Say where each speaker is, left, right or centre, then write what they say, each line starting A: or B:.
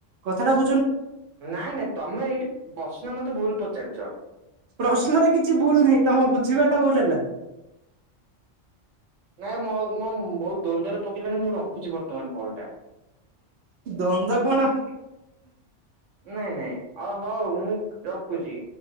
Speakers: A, on the right; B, on the right.
A: କଥା ଟା
B: ନାଇଁ ନାଇଁ ତମେ ଏଇଠି ପ୍ରଶ୍ନ ମତେ ଭୁଲ ପଚାରୁଚ।
A: ପ୍ରଶ୍ନରେ କିଛି ଭୁଲ ନାହିଁ ତମ ବୁଝିବା ଟା ଭୁଲ ହେଲା।
B: ନାଇଁ ମୋ-ମୋ ବହୁତ୍ ଦ୍ୱନ୍ଦ୍ୱରେ ପକେଇଲେଣି ମୁଁ ରଖୁଛି ବର୍ତ୍ତମାନ କଲ୍ ଟା।
A: ଦ୍ୱନ୍ଦ କଣ?
B: ନାଇଁ ନାଇଁ ଅ ହଉ ମୁଁ ରଖୁଛି।